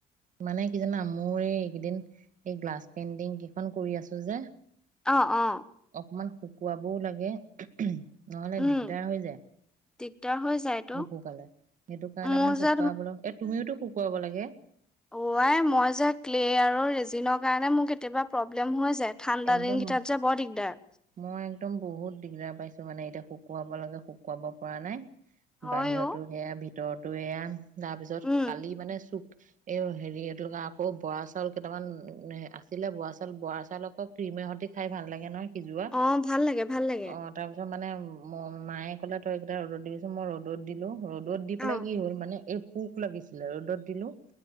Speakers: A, on the right; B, in the centre.
A: মানে কি জানা মোৰ এই এইকেইদিন এই গ্লাছ পেইণ্টিং কেইখন কৰি আছো যে।
B: অ অ।
A: অকমান শুকুৱাবও লাগে ও সম। নহলে
B: উম
A: দিগদাৰ হৈ যায়
B: দিগদাৰ হৈ যায়তো।
A: নুশুকালে সেইটো কাৰণে
B: মোৰ
A: মানে
B: যে
A: শুকুৱাবলে এ তুমিওটো শুকোৱাব কৰিব লাগে
B: অ আই মই যে ক্লে আৰু ৰেজিনৰ কাৰণে মোৰ কেতিয়াবা প্ৰব্লেম হৈ যায়। ঠাণ্ডা
A: একদম
B: দিনগিতাত যে বৰ দিগদাৰ
A: মই একদম বহুত দিগদাৰ পাইছো মানে এতিয়া শুকুৱাব লাগে শুকুৱাব পৰা নাই
B: হয়
A: বাহিৰতো
B: অ।
A: সেয়া ভি তৰটো এয়া তাৰপিছত
B: উম
A: কালি মানে চু এই হেৰি এইটোকা আকৌ বৰা চাউল কেইটামান আছিলে বৰা চাউল বৰা চাউলক আকৌ ক্ৰীমৰ সৈতে খাই ভাল লাগে নহয়। সিজোৱা
B: অ ভাল লাগে ভাল লাগে
A: অ তাৰপিছত মানে মায়ে কলে তই এই কেইটা ৰ'দত দেগেচোন মই ৰ'দত দিলো ৰ'দ ৰ'দ দি
B: অ
A: পেলাই কি হ'ল মানে এই পোক লাগিছিলে ৰ'দত দিলোঁ